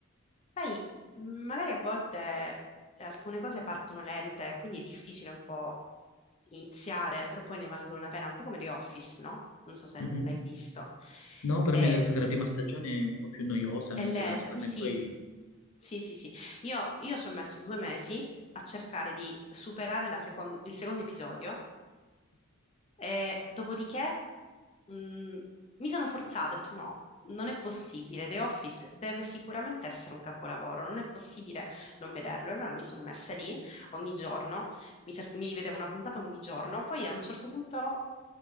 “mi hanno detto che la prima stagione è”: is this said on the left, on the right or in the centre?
Left